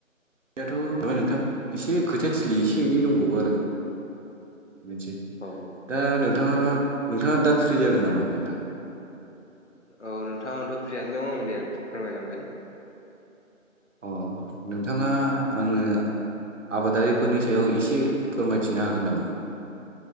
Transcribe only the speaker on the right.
याथ' माबाय नोंथां एसे खोथा थिलि एसे एनै दंबावो आरो बेनोसै
दा नोंथाङा नोंथाङा दा फ्रि जागोन नामा नोंथां।
अ नोंथाङा आंनो आबादारिफोरनि सायाव एसे फोरमायथिनो हागोन नामा।